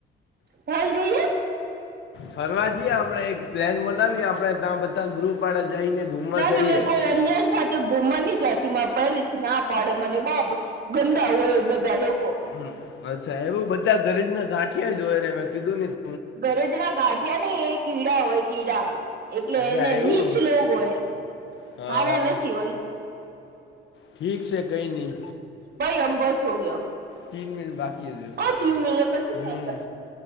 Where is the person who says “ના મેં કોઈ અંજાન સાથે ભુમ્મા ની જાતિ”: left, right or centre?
Right